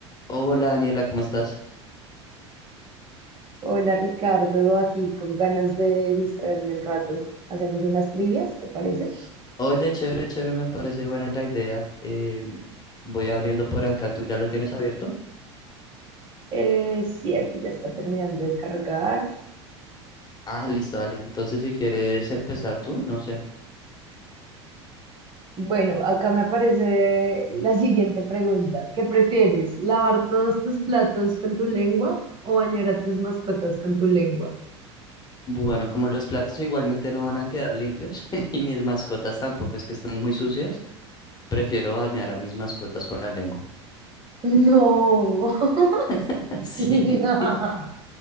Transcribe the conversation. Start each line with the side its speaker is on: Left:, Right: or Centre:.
Left: Hola Daniela, ¿cómo estás?
Right: Hola Ricardo, aquí con ganas de distraerme un rato. Hacemos unas trivias, ¿te parece?
Left: Oye, chévere, chévere, me parece buena la idea. Eh, voy abriendo por acá, ¿tú ya lo tienes abierto?
Right: Eh, sí, aquí ya está terminando de cargar.
Left: Ah, listo, dale. Entonces, si quieres empezar tú, no sé.
Right: Bueno, acá me aparece la siguiente pregunta. ¿Qué prefieres? ¿Lavar todos tus platos con tu lengua o bañar a tus mascotas con tu lengua?
Left: Bueno, como los platos igualmente no van a quedar limpios <laughs> y mis mascotas tampoco es que están muy sucias, prefiero bañar a mis mascotas con la lengua.
Right: No, <laughs>
Left: <laughs>
Right: no
Left: Sí,